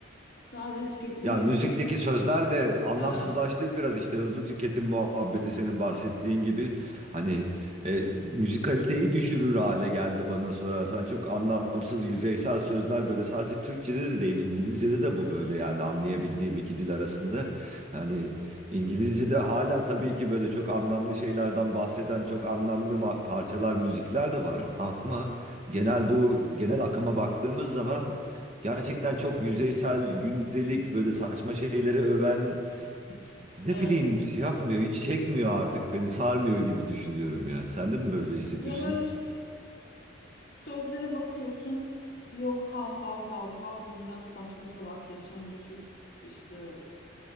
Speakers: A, on the left (about 55°); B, on the right (about 35°).
A: Sadece tüketime
B: Ya
A: yönelik.
B: müzikteki sözler de anlamsızlaştı
A: Evet,
B: biraz işte hızlı tüketim muhabbeti senin bahsettiğin gibi. Hani e, müzikaliteyi düşürür hale geldi bana sorarsan. Çok anlamsız, yüzeysel sözler böyle sadece Türkçe'de de değil, İngilizce'de de bu böyle yani anlayabildiğim iki dil arasında. Hani İngilizce'de hala tabii ki böyle çok anlamlı şeylerden bahseden çok anlamlı ma- parçalar, müzikler de var. Ama genel bu genel akıma baktığımız zaman gerçekten çok yüzeysel, gündelik böyle saçma şeyleri öven ne
A: evet.
B: bileyim yapmıyor, hiç çekmiyor artık beni, sarmıyor gibi düşünüyorum ya. Sen de mi böyle hissediyorsun?
A: Ya böyle işte Sözlere bakıyorsun. Yok hav hav hav hav bilmem saçma salak geçen bir çocuk işte